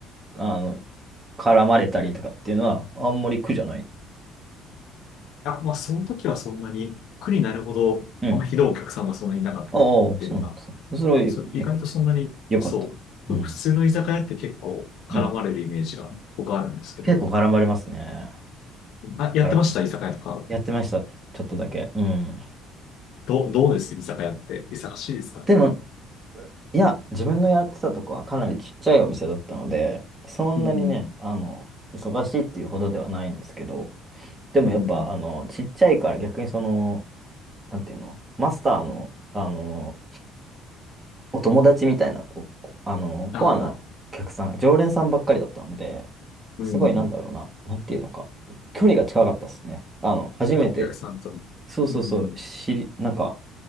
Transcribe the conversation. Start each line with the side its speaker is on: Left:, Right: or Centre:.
Right: あの、絡まれたりとかっていうのは、あんまり苦じゃない。
Left: あ、まあ、その時はそんなに苦になるほど、
Right: うん。
Left: あんまひどいお客さんがそんなにいなかったっていうのが
Right: ああ、そうなんですね。それはよ、
Left: そう、意外とそんなに、
Right: なんか、よかった。
Left: そう、
Right: うん。
Left: 普通の居酒屋って結構絡まれるイメージが僕あるんですけど、
Right: うん。結構絡まれますね。
Left: あ、やってました居酒屋とか。
Right: 絡まれる。やってました。ちょっとだけ。うん。
Left: どう、どうです居酒屋って。忙しいですかやっぱ。
Right: でも、いや、自分のやってたとこはかなりちっちゃいお店だったので、そんなにね、
Left: うん、
Right: あの、忙しいっていうほどではないんですけど、でもやっぱ、
Left: うん、
Right: あの、ちっちゃいから逆にその、なんていうの、マスターの、あの、お友達みたいな、こう、こあの、
Left: ああ、
Right: コアなお客さん、常連さんばっかりだったので、
Left: うん。
Right: すごいなんだろうな、なんていうのか、距離が近かったですね。あの、初めて、
Left: お客さんとの。
Right: そうそうそう、
Left: うん。
Right: 知り、なんか、